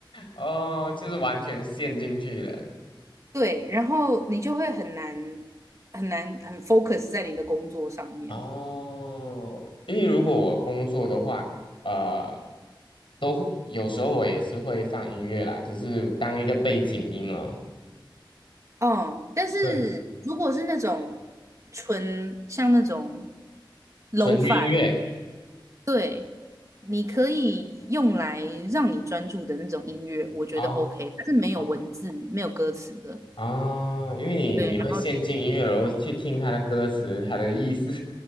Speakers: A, on the left; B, on the right.
A: 哦，就是完全陷进去了。
B: 对，然后你就会很难很难很 focus 在你的工作上面。
A: 哦，因为如果我工作的话，呃，都会有时候我也是会放音乐啦，只是当一个背景音哦，
B: 哦，但是如果是那种
A: 对，
B: 纯像那种 lo-fi，
A: 纯音乐
B: w 对，你可以用来让你专注的那种音乐，我觉得
A: 啊
B: OK，它是没有文字、
A: 啊
B: 没有歌词的。
A: 啊，因为你你会陷进音乐，
B: 对，然后
A: 然后去听它的歌词、它的意思。